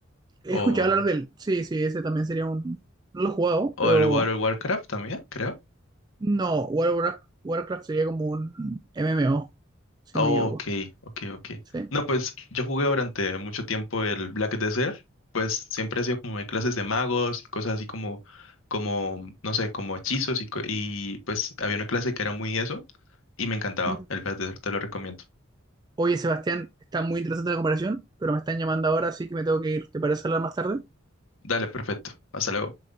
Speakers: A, on the right; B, on the left.
A: He
B: O
A: escuchado hablar de él. Sí, sí, ese también sería un... No lo he jugado,
B: O
A: pero...
B: el World of Warcraft también, creo.
A: No, World of Warcraft, Warcraft sería como un MMO, si
B: Oh,
A: no me equivoco.
B: ok, ok, ok.
A: Sí.
B: No, pues yo jugué durante mucho tiempo el Black Desert, pues siempre he sido como de clases de magos y cosas así como, como, no sé, como hechizos y, co- y pues había una clase que era muy eso y me encantaba.
A: Mm.
B: El Black Desert te lo recomiendo.
A: Oye, Sebastián, está muy interesante la comparación, pero me están llamando ahora, así que me tengo que ir. ¿Te parece hablar más tarde?
B: Dale, perfecto. Hasta luego.